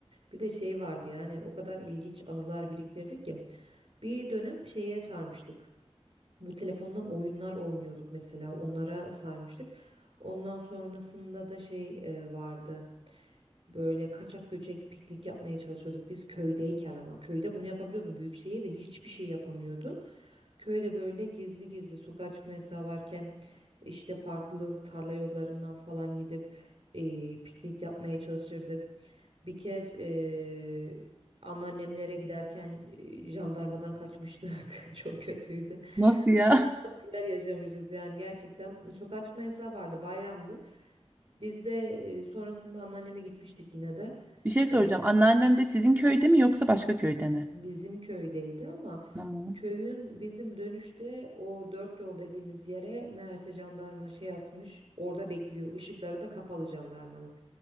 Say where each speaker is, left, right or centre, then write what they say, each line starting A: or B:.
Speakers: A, on the right; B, on the right.
A: Bir de şey vardı yani o kadar ilginç anılar biriktirdik ki. Bir dönem şeye sarmıştık. Bu telefondan oyunlar oynuyorduk mesela. Onlara sarmıştık. Ondan sonrasında da şey e, vardı. Böyle kaçak göçek piknik yapmaya çalışıyorduk biz köydeyken ama. Köyde bunu yapabiliyordun. Büyük şehirde hiçbir şey yapamıyordun. Köyde böyle gizli gizli sokağa çıkma yasağı varken işte farklı tarla yollarından falan gidip e, piknik yapmaya çalışırdık. Bir kez e, anneannemlere giderken e, jandarmadan kaçmıştık. <laughs> Çok kötüydü.
B: Nasıl ya?
A: İnanılmaz şeyler yaşamışız yani gerçekten. Sokağa çıkma yasağı vardı, bayramdı. Biz de e, sonrasında anneanneme gitmiştik yine de.
B: <laughs> Bir şey soracağım.
A: E,
B: Anneannen de sizin köyde mi yoksa başka köyde mi?
A: bizim köydeydi ama
B: Tamam.
A: köyün bizim dönüşte o dört yol dediğimiz yere meğerse jandarma şey atmış. Orada bekliyor. Işıkları da kapalı jandarmanın.